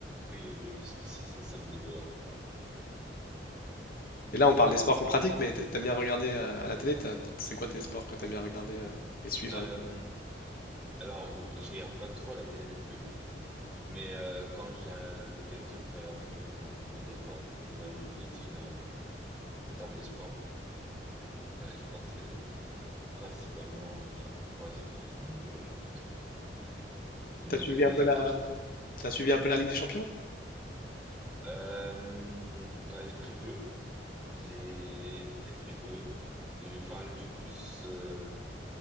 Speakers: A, in the centre; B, on the left.
A: oui, oui, oui, <laughs> Ça, ça ça le met dehors.
B: Et là, on parle
A: Ok.
B: des sports qu'on pratique, mais t'a- t'aimes bien regarder à, à la télé, t'as- c'est quoi tes sports que t'aimes bien regarder euh, et suivre
A: Euh,
B: à la télé?
A: alors, bon, je regarde pas trop la télé non plus, mais euh, quand j'ai euh, l'occasion, je vais regarder quand même, on va dire quoi, des matchs de foot, généralement, en termes de sport. Ouais, je pense que c'est principalement, euh, ouais, c'est principalement des matchs de foot. Euh,
B: T'as suivi
A: Les
B: un peu
A: autres,
B: la,
A: sp-
B: t'as suivi un peu la Ligue des Champions?
A: euh, ouais, très peu. J'ai très très peu. Je, enfin, je suis plus, euh,